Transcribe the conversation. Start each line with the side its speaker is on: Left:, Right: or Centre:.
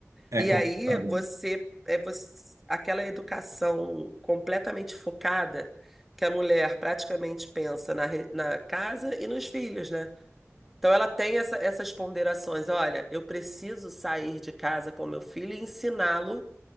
Right: É
Centre: E
Right: complicado.
Centre: aí você
Right: né?
Centre: é você, aquela educação completamente focada que a mulher praticamente pensa na, re- na casa e nos filhos, né? Então ela tem essa- essas ponderações. Olha, eu preciso sair de casa com meu filho e ensiná-lo